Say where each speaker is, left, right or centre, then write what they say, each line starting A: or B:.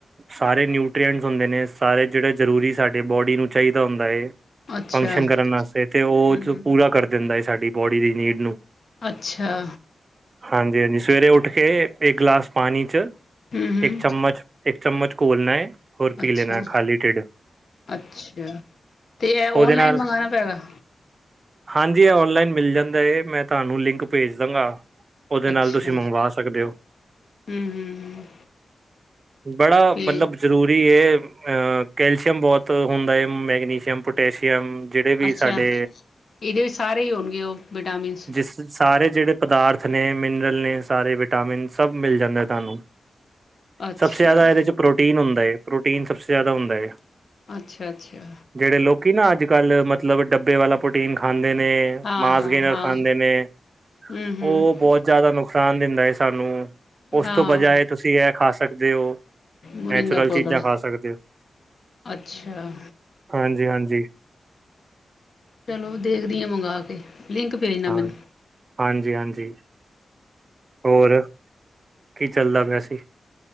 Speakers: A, on the right; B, on the left.
A: ਸਾਰੇ ਨਿਊਟਰੀਐਂਟਸ ਹੁੰਦੇ ਨੇ ਸਾਰੇ ਜਿਹੜੇ ਜ਼ਰੂਰੀ ਸਾਡੇ ਬੋਡੀ ਨੂੰ ਚਾਹੀਦਾ ਹੁੰਦਾ।
B: ਅੱਛਾ
A: ਫੰਕਸ਼ਨ ਕਰਨ ਵਾਸਤੇ ਤੇ ਉਹ
B: ਹੂੰ
A: ਪੂਰਾ ਕਰ ਦਿੰਦਾ ਏ ਸਾਡੀ ਬੋਡੀ ਦੀ ਨੀਡ ਨੂੰ
B: ਅੱਛਾ
A: ਹਾਂਜੀ ਹਾਂਜੀ ਸਵੇਰੇ ਉੱਠ ਕੇ ਇੱਕ ਗਲਾਸ ਪਾਨੀ ਚ
B: ਹੂੰ ਹੂੰ
A: ਇੱਕ ਚਮਚ ਇੱਕ ਚਮਚ ਘੋਲਨਾ ਏ ਹੋਰ ਪੀ
B: ਅੱਛਾ
A: ਲੈਨਾ ਖਾਲੀ ਢਿੱਡ
B: ਅੱਛਾ ਤੇ ਇਹ ਓਨਲਾਈਨ
A: ਉਹਦੇ ਨਾਲ
B: ਮੰਗਾਣਾ ਪੈਗਾ
A: ਹਾਂਜੀ ਇਹ ਔਨਲਾਈਨ ਮਿਲ ਜਾਂਦਾ ਏ ਮੈਂ ਤੁਹਾਨੂੰ ਲਿੰਕ ਭੇਜ ਦਾਂਗਾ ਉਹਦੇ
B: ਅੱਛਾ
A: ਨਾਲ ਤੁਸੀਂ
B: ਹੂੰ
A: ਮੰਗਵਾ ਸਕਦੇ ਹੋ
B: ਹੂੰ ਹੂੰ
A: ਬੜਾ
B: ਤੇ
A: ਮਤਲਬ ਜ਼ਰੂਰੀ ਏ ਅ ਕੈਲਸ਼ੀਅਮ ਬਹੁਤ <inaudible> ਹੁੰਦਾ ਏ ਮੈਗਨੀਸ਼ੀਅਮ ਪਟੈਸ਼ੀਅਮ ਜਿਹੜੇ ਵੀ
B: ਅੱਛਾ
A: ਸਾਡੇ
B: ਇਹਦੇ ਵਿੱਚ ਸਾਰੇ ਹੀ ਹੋਣਗੇ ਉਹ ਵਿਟਾਮਿਨਸ
A: ਜਿਸ ਸਾਰੇ ਜਿਹੜੇ ਪਦਾਰਥ ਨੇ ਮਿਨਰਲ ਨੇ ਸਾਰੇ ਵਿਟਾਮਿਨ ਸਭ ਮਿਲ ਜਾਂਦਾ ਤਹਾਨੂੰ
B: ਅੱਛਾ
A: ਸਭਸੇ ਜ਼ਿਆਦਾ ਇਹਦੇ ਚ ਪ੍ਰੋਟੀਨ ਹੁੰਦਾ ਏ ਪ੍ਰੋਟੀਨ ਸਭਸੇ ਜ਼ਿਆਦਾ ਹੁੰਦਾ ਏ
B: ਅੱਛਾ ਅੱਛਾ
A: ਜਿਹੜੇ ਲੋਕੀ ਨਾ ਅੱਜ ਕੱਲ੍ਹ ਮਤਲਬ ਡੱਬੇ ਵਾਲਾ ਪ੍ਰੋਟੀਨ ਖਾਂਦੇ ਨ ਨੇ
B: ਹਾਂ
A: ਮਾਸ
B: ਹਾਂ
A: ਵਗੈਰ
B: ਹਾਂ
A: ਖਾਂਦੇ ਨੇ
B: ਹੂੰ ਹੂੰ
A: ਉਹ ਬਹੁਤ ਜਿਆਦਾ ਨੁਕਸਾਨ ਦਿੰਦਾ ਏ ਸਾਨੂੰ ਉਸ
B: ਹਾਂ
A: ਤੋਂ ਬਜਾਏ ਤੁਸੀਂ ਇਹ ਖਾ ਸਕਦੇ ਹੋ
B: ਮੋਰਿੰਗਾ
A: ਨੈਚੁਰਲ ਚੀਜ਼ਾਂ
B: ਪਾਊਡਰ
A: ਖਾ ਸਕਦੇ ੳ
B: ਅੱਛਾ
A: ਹਾਂਜੀ ਹਾਂਜੀ
B: ਚਲੋ ਦੇਖਦੀ ਆ ਮੰਗ ਕੇ ਲਿੰਕ ਭੇਜਣਾ
A: ਹਾਂ
B: ਮੈਨੂੰ
A: ਹਾਂਜੀ ਹਾਂਜੀ ਹੋਰ ਕੀ ਚੱਲਦਾ ਪੈਸੇ